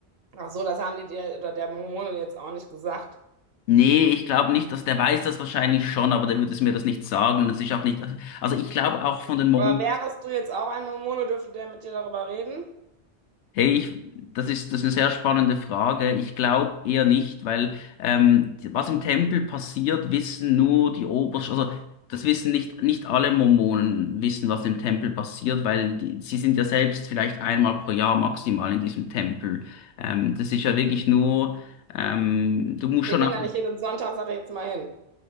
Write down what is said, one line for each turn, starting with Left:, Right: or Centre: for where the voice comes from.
Right: Ach so, das haben die dir oder der Mormone jetzt auch nicht gesagt.
Left: Nee, ich glaube nicht, dass der weiß das wahrscheinlich schon, aber der würde es mir das nicht sagen. Das ist auch nicht, also ich glaube auch von den Mormonen
Right: Aber wärest du jetzt auch ein Mormone, dürfte der mit dir darüber reden?
Left: Hey, ich, das ist, das ist eine sehr spannende Frage. Ich glaube eher nicht, weil ähm, die- was im Tempel passiert, wissen nur die Obersten, also das wissen nicht, nicht alle Mormonen wissen, was im Tempel passiert, weil die, sie sind ja selbst vielleicht einmal pro Jahr maximal in diesem Tempel. Ähm, das ist ja wirklich nur, ähm, du musst
Right: Wir
Left: schon
Right: gehen
Left: auch
Right: da nicht jeden Sonntag, sage ich jetzt mal hin.